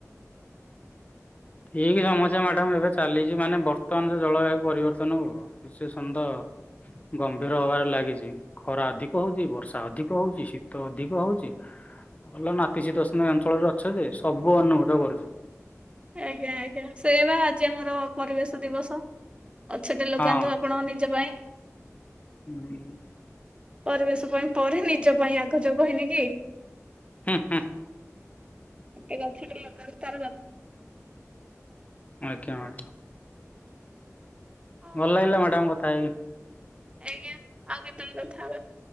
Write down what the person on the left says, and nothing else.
ଠିକ ସମସ୍ୟା ମ୍ୟାଡାମ ଏବେ ଚାଲିଛି। ମାନେ ବର୍ତ୍ତମାନ ଯଉ ଜଳବାୟୁ ପରିବର୍ତ୍ତନ କୁ ସିଚୁଏସନ୍ ତ ଗମ୍ଭୀର ହବାରେ ଲାଗିଛି। ଖରା ଅଧିକ ହଉଛି ବର୍ଷା ଅଧିକ ହଉଛି ଶୀତ ଅଧିକ ହଉଛି ଭଲ ନାତିଶୀତୋଷ୍ଣ ଅଞ୍ଚଳରେ ଅଛ ଯେ ସବୁ ଅନୁଭୂତ କରୁଛ।
ହଁ।
ହୁଁ।
ହୁଁ
ଆଜ୍ଞା ମ୍ୟାଡାମ୍
ଭଲ ଲାଗିଲା ମ୍ୟାଡାମ୍ କଥା ଆଜ୍ଞା।